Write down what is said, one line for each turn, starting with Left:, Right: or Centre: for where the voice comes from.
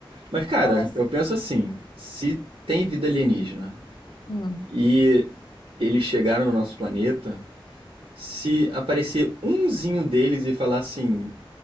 Right: Mas, cara,
Left: Ah, mas
Right: eu penso assim, se tem vida alienígena
Left: hum,
Right: e eles chegaram no nosso planeta, se aparecer umzinho deles e falar assim,